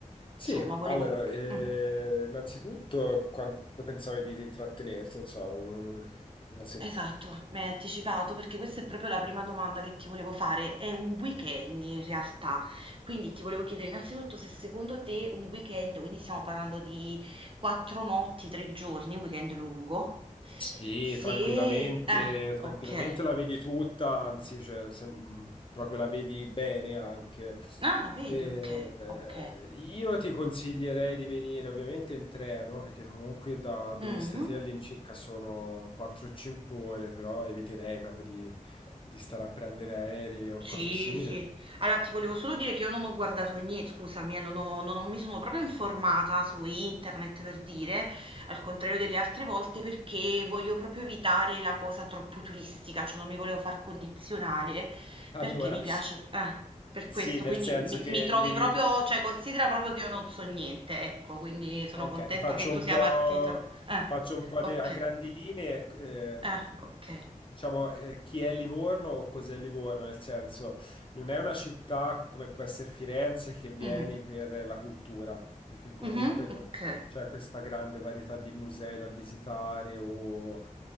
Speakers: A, on the left (about 40°); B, on the right (about 40°).
A: Sì,
B: insomma volevo...
A: allora, eh,
B: mm.
A: innanzitutto quanto pensavi di, di trattenerti? Non so, un- una settimana.
B: Esatto, mi hai anticipato perché questa è proprio la prima domanda che ti volevo fare. È un weekend in realtà, quindi ti volevo chiedere innanzitutto se secondo te un weekend, quindi stiamo parlando di quattro notti, tre giorni, un weekend lungo,
A: Sì,
B: se...
A: tranquillamente,
B: Eh,
A: tranquillamente
B: ok.
A: la vedi tutta, anzi, cioè, se- mh, proprio la vedi bene anche.
B: Ah, vedi,
A: Eh,
B: ok, ok.
A: io ti consiglierei di venire ovviamente in treno, perché comunque da dove
B: Mhm.
A: stai te all'incirca sono 4-5 ore, però eviterei proprio di, di stare a prendere aerei o
B: Sì,
A: cose simili.
B: sì. Allora, ti volevo
A: Ecco.
B: solo
A: <laughs>
B: dire che io non ho guardato niente, scusami, eh, non ho- non ho- mi sono proprio informata su internet per dire, al contrario delle altre volte, perché voglio proprio evitare la cosa troppo turistica, cioè non mi volevo far condizionare
A: Allora,
B: perché mi piace, eh, per
A: sì,
B: questo,
A: nel
B: quindi
A: senso
B: mi,
A: che
B: mi trovi
A: lì
B: proprio, cioè considera proprio che io non so niente, ecco, quindi sono
A: Ok,
B: contenta
A: ti faccio
B: che tu
A: un
B: sia
A: po',
B: partito. Eh,
A: ti faccio un po'
B: ok,
A: de- a grandi linee, eh,
B: eh, ok.
A: diciamo, eh, chi è Livorno o cos'è Livorno, nel senso, non è una città come può essere Firenze che vieni
B: Mm.
A: per la cultura, perché comunque
B: Mhm,
A: non
B: ok,
A: c'è questa grande varietà di musei da visitare o